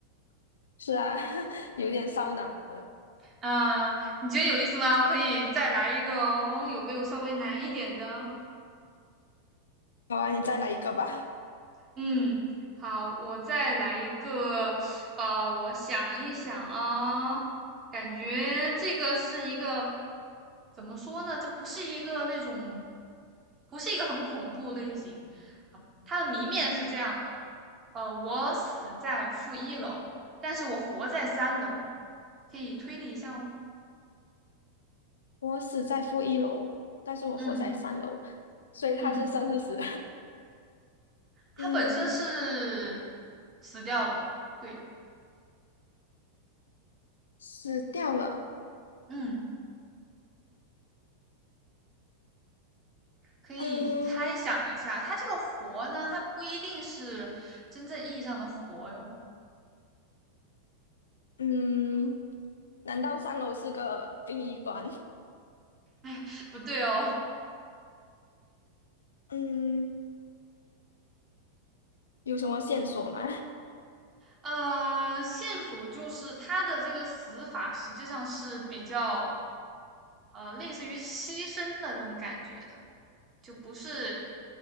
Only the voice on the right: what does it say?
啊，你觉得有意思吗？我可以再来一个哦，有没有稍微难一点的？
嗯，好，我再来一个，呃，我想一想啊，感觉这个是一个怎么说呢？这不是一个那种，不是一个很恐怖类型。啊它的谜面是这样的，呃，我死在负一楼，但是我活在三楼，可以推理一下哦。
嗯
嗯，他本身是
死掉了，对，
嗯，可以猜想一下，
他这个活呢，他不一定是真正意义上的活哟，
<laughs> 不对哦。
呃，线索就是他的这个死法实际上是比较呃类似于牺牲的这种感觉的，就不是